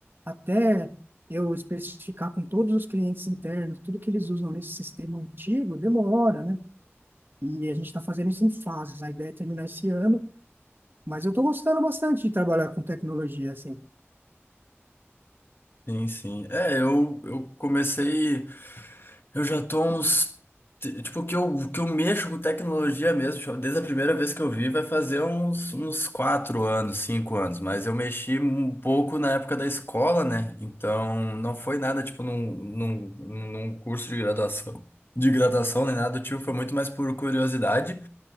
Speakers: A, on the right; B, on the left.
A: até eu especificar com todos os clientes internos tudo que eles usam nesse sistema antigo, demora, né? E a gente está fazendo isso em fases. A ideia é terminar esse ano, mas eu estou gostando bastante de trabalhar com tecnologia, assim.
B: Sim, sim. É, eu, eu comecei. Eu já tô uns. t- Tipo, que eu, que eu mexo com tecnologia mesmo, tipo, desde a primeira vez que eu vi, vai fazer uns, uns quatro anos, cinco anos, mas eu mexi um pouco na época da escola, né? Então, não foi nada, tipo, num, num, num curso de graduação. De graduação nem nada do tipo, foi muito mais por curiosidade.